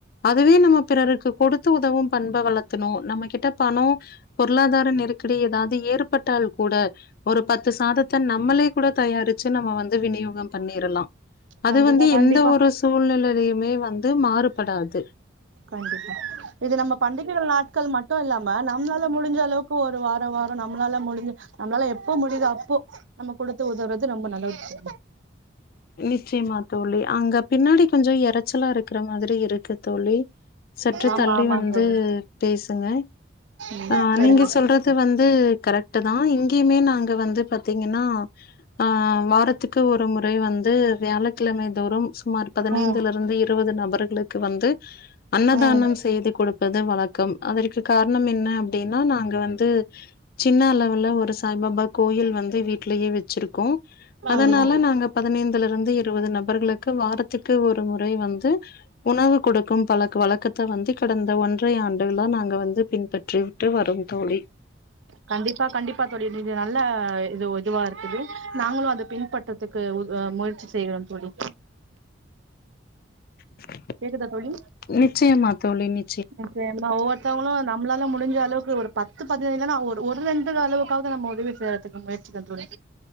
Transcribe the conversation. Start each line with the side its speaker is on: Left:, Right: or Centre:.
Left: அதுவே நம்ம பிறருக்கு கொடுத்து உதவும் பண்ப வளத்தணு நம்ம கிட்ட பணோ பொருளாதார நெருக்கடி ஏதாவ்து ஏற்பட்டால் கூட ஒரு பத்து சாதத்த நம்மளே கூட தயாரிச்சு நம்ம வந்து விநியோகம் பண்ணிறலா அது
Right: கண்டிப்பா
Left: வந்து
Right: கண்டிப்பா
Left: எந்த ஒரு சூழ்நிலையிலயுமே வந்து மாறுபடாது
Right: கண்டிப்பா இது நம்ம பண்டிகைகள் நாட்கள் மட்டும் இல்லாம நம்மளால முடிஞ்ச அளவுக்கு க்கு ஒரு வார வாரோ நம்மளால முடிஞ்சு நம்மளால எப்போ முடியுதோ அப்போ நம்ம குடுத்து உதவ்றது ரொம்ப நல்ல ஒரு விஷயம்
Left: நிச்சயமா தோழி அங்க பின்னாடி கொஞ்சோ எ ச்சலா இருக்கிற மாதிரி இருக்கு தோழி சற்று
Right: ஆமா
Left: தள்ளி
Right: ஆமா
Left: வந்து
Right: தோழி
Left: பேசுங்க
Right: ம்
Left: ஆ
Right: சரிங்க
Left: நீங்க சொல்றது வந்து கரெக்ட் தான் இங்கயுமே நாங்க வந்து பாத்தீங்கன்னா ஆ வாரத்துக்கு ஒரு முறை வந்து வியாழக்கிழமை தோறும் சுமார் பதினைந்துலருந்து
Right: ம்
Left: இரு எழுவது நபர்களுக்கு வந்து அன்னதானம்
Right: ம்
Left: செய்து கொடுப்பது வழக்கம் அதற்கு காரணம் என்ன என்ன அப்டினா நாங்க வந்து சின்ன அளவுல ஒரு சாய்பாபா கோயில் வந்து வீட்லயே வெச்சிருக்கோ அதனால
Right: ம்
Left: நாங்க பதினைந்துல இருந்து இருவது நபர்களுக்கு வாரத்துக்கு ஒரு முறை வந்து உணவு கொடுக்கும் பழக்க வழக்கத் த வந்து கடந்த ஒன்றை ஆண்டுகளா நாங்க வந்து பின்பற்றிவிட்டு வரோ தோழி
Right: கண்டிப்பா கண்டிப்பா தோழி இது நல்ல இது இதுவா இருக்குது நாங்களும் அதை பின்பற்றறதுக்கு முயற்சி செய்கறோம் தோழி
Left: <inaudible>
Right: கேக்குதா தோழி
Left: நிச்சியம்மா தோழி நி
Right: எனக்கு நம்ம ஒவ்வொருத்தவ்ங்களு நம்மளால முடிஞ்ச அளவுக்கு ஒரு பத்து பதினை இல்லனா ஒரு ஒரு ரெண்டு அளவுக்காவ்து நம்ம உதவி செய்றதுக்கு முயற்ச்சிக்கற தோழி